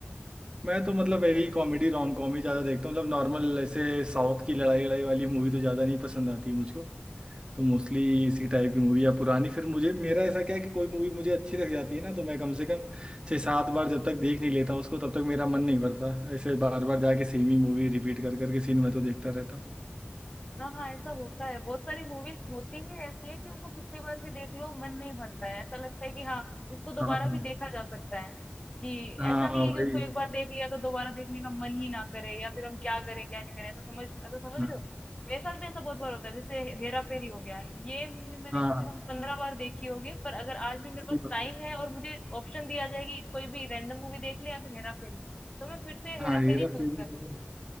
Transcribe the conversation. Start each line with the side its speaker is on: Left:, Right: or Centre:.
Right: मैं तो मतलब यही कॉमेडी रोम कॉम ही ज्यादा देखता हूँ मतलब नॉर्मल ऐसे साउथ की लड़ाई लड़ाई वाली मूवी तो ज्यादा नहीं पसंद आती मुझको तो मोस्टली इसी टाइप की मूवी या पुरानी फिर मुझे मेरा ऐसा क्या है कि कोई मूवी मुझे अच्छी लग जाती है ना तो मैं कम से कम छः सात बार जब तक देख नहीं लेता हूँ उसको तब तक मेरा मन नहीं भरता ऐसे बार बार जाके सेम ही मूवी रिपीट कर करके सीन में तो देखता रहता हूँ
Left: हाँ हाँ ऐसा होता है बहुत सारी मूवीज होती ही ऐसी है कि उनको कितनी बार भी देख लो मन नहीं भरता है ऐसा लगता है कि हाँ इसको दोबारा
Right: हाँ हाँ
Left: भी देखा जा सकता है कि
Right: हाँ
Left: ऐसा नहीं है
Right: वही
Left: कि उसको एक बार देख लिया तो दोबारा देखने का मन ही ना करे या फिर हम क्या करें क्या नहीं करें ऐसा समझ ऐसा समझ
Right: हाँ
Left: रहे हो मेरे साथ भी ऐसा बहुत बार होता है जैसे हेरा फेरी हो गया ये मूवी मैंने
Right: हाँ
Left: कम से कम पंद्रह बार देखी होगी पर अगर आज भी मेरे
Right: सही
Left: पास
Right: बात।
Left: टाइम है और मुझे ऑप्शन दिया जाए कि कोई भी रैंडम मूवी देख ले या फिर हेरा फेरी तो मैं फिर से
Right: हाँ
Left: हेरा
Right: हेरा
Left: फेरी
Right: फेरी
Left: चूज कर
Right: को तो
Left: लूंगी